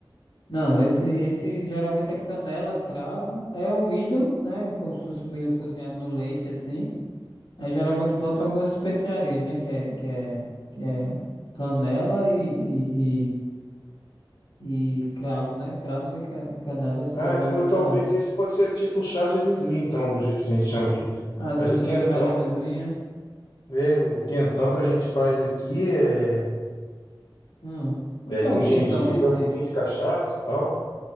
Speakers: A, on the left; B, on the left.
A: Não, esse, esse geralmente é canela, cravo, é o milho, né? Como se fosse o milho cozinhado no leite, assim. Aí geralmente botam algumas especiarias, né? Que é, que é, que é canela e, e, e, e cravo, né? Cravos e ca- canelas geralmente
B: Ah, então mas
A: colocam.
B: talvez esse pode ser tipo o chá de amendoim, então, do jeito que a gente chama aqui.
A: Ah, vocês
B: Mas o quentão,
A: chamam chá de amendoim, é?
B: é, o quentão que a gente faz aqui é,
A: Hum. O
B: é
A: que
B: com
A: é o
B: gengibre,
A: quentão em si?
B: é um pouquinho de cachaça e tal.